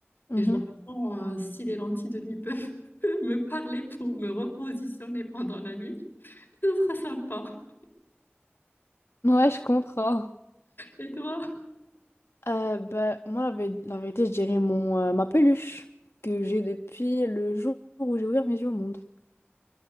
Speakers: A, on the left; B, on the left.
A: Mhm,
B: Et j'ai l'impression, euh, si les lentilles de nuit peuvent <laughs> me parler pour me repositionner pendant la nuit, ce sera sympa.
A: mhm. Ouais, je comprends.
B: Et toi?
A: Euh, bah, moi, la, vé- la vérité, je dirais mon, euh, ma peluche que j'ai depuis le jour où j'ai ouvert mes yeux au monde.